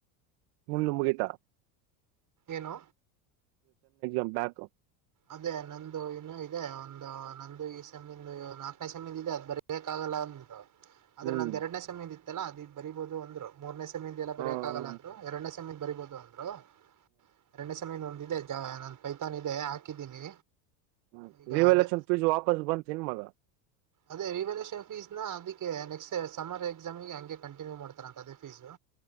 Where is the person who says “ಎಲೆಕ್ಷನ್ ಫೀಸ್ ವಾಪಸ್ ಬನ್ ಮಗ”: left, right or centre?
Right